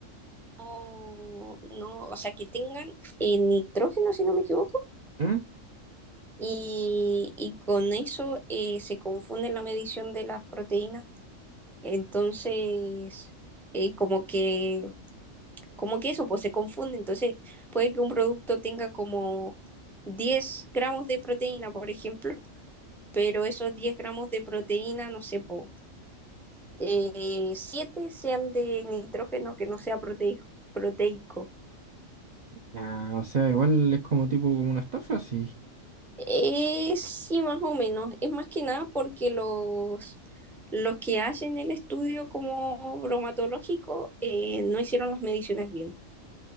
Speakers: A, in the centre; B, on the right.
A: no, no, o sea, que tengan eh, nitrógeno, si no me equivoco,
B: ¿Mm?
A: y, y con eso eh, se confunde la medición de las proteínas. Entonces, eh, como que, como que eso, pues se confunde. Entonces, puede que un producto tenga como 10 gramos de proteína, por ejemplo, pero esos 10 gramos de proteína, no sé, po, eh, 7 sean de nitrógeno que no sea proteico proteico.
B: Ah, o sea, igual es como tipo como una estafa, sí.
A: Eh, sí, más o menos. Es más que nada porque los, los que hacen el estudio como bromatológico eh, no hicieron las mediciones bien.